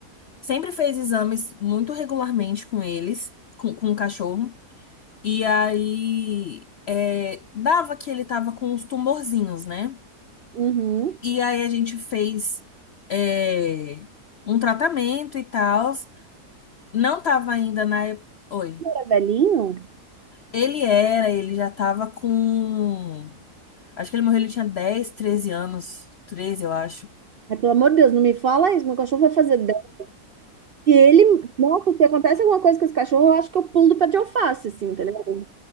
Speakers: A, on the left; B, on the right.
A: sempre fez exames muito regularmente com eles, com, com o cachorro. E aí, é, dava que ele tava com uns tumorzinhos, né?
B: Uhum.
A: E aí a gente fez, é, um tratamento e tal. Não tava ainda na. ep- Oi.
B: É velhinho?
A: Ele era, ele já tava com. Acho que ele morreu, ele tinha 10, 13 anos. treze eu acho.
B: É, pelo amor de Deus, não me fala isso, meu cachorro vai fazer dez Se ele, nossa, se acontece alguma coisa com esse cachorro, eu acho que eu pulo do pé de alface, assim, tá ligado?